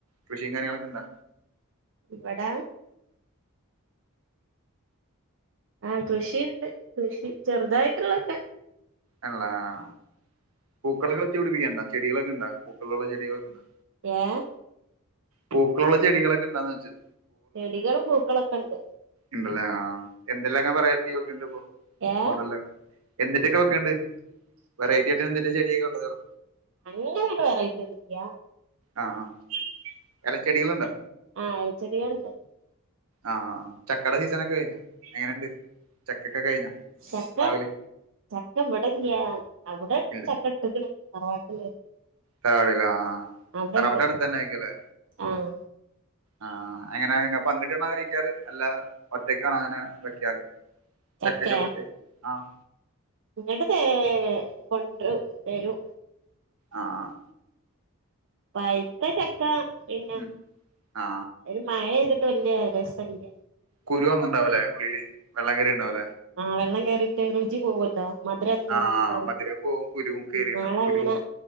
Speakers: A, on the right; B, on the right.
A: കൃഷിം കാര്യങ്ങളൊക്കെ ഉണ്ടോ
B: ഇവടെ ആഹ് കൃഷിയുണ്ട് കൃഷി ചെറുതായിട്ടുള്ളൊക്കെ
A: ആണല്ലേ ആഹ് പൂക്കൾകള് വെച്ച് പിടിപ്പിക്കുണ്ടോ ചെടികളൊക്കെ ഇണ്ടാ പൂക്കളുള്ള ചെടികളൊക്കെ ഉണ്ട
B: ഏഹ്
A: പൂക്കളുള്ള ചെടികളൊക്കെ ഉണ്ടാന്ന് ചോയ്ച്ച
B: ചെടികളും പൂക്കളൊക്കെ ഉണ്ട്
A: ഉണ്ടല്ലേ ആഹ് എന്തെല്ലൊക്കെ വെറൈറ്റി വെക്കണ്ട് ഇപ്പൊ
B: ഏഹ്
A: മോഡലൊക്കെ എന്തിറ്റെക്കെ വെക്ക്ണ്ട് വെറൈറ്റി ആയിട്ട് എന്തിന്റെ ചെടിയൊക്കെ ഉള്ളത് അവടെ
B: അങ്ങനെയങ്ങട്ട് വെറൈറ്റി ഒന്നുല്യ
A: ആഹ് ആഹ് എലച്ചെടികള് ഇണ്ടോ
B: ആഹ് എലച്ചെടികള്ണ്ട്
A: ആഹ് ചക്കടെ സീസണെക്കെ കെയ്ഞ്ഞോ എങ്ങനെണ്ട് ചക്കൊക്കെ കഴിഞ്ഞോ
B: ചക്ക
A: പ്ലാവില്
B: ചക്ക ഇവടെല്യ അവടെ
A: ഇല്ല
B: ചക്ക ഇട്ട്ക്ക്ണ് തറവാട്ടില്
A: തറവാടിലാ
B: അവിടെണ്ട്
A: തറവാട് അട്ത്തെന്നെ ആയിക്കുവല്ലെ
B: ആഹ്
A: ആഹ് എങ്ങനെ ഇങ്ങള് പങ്ക്ട്ട് ഇര്ന്നാ കഴിക്കാറ് അല്ലാ ഒറ്റക്കാണോ അങ്ങനെ വെക്കാറ്
B: ചക്കേ
A: ചക്കെക്കെ വെട്ടി ആഹ്
B: ഇങ്ങട്ട് തേ കൊട്രും തെരും
A: ആഹ് ആഹ്
B: പഴ്ത്ത ചക്ക പിന്നെ
A: ഉം ആ
B: ഒര്മഴൈത്ട്ട് വെല്യേ രസല്ല്യ
A: കുരുഒന്നും ഇണ്ടാവൂലേ ഉള്ളില് വെള്ളംകേറിയാ ഇണ്ടാവൂലേ
B: ആഹ് വെള്ളം കേറീട്ട് രുചി പോവാെല്ലോ മധുരം <unintelligible>
A: ആ മധുരം പോവും കുരുവും കേറിണ്ടാവും
B: ഇന്നാള്
A: കുരു
B: അങ്ങനെ